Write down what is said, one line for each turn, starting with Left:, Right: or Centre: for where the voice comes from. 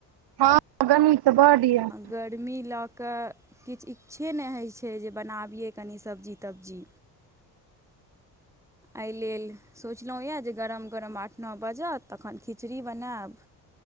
Right: हँ गर्मी तऽ बड याऽ।
Centre: गर्मी लऽ कऽ किछ इच्छे नहि होइ छै जे बनाबियै कनि सब्जी। तबजी एहि लेल सोचलहुँ यए जे गरम गरम आठ नअ बजत, तखन खिचड़ी बनायब।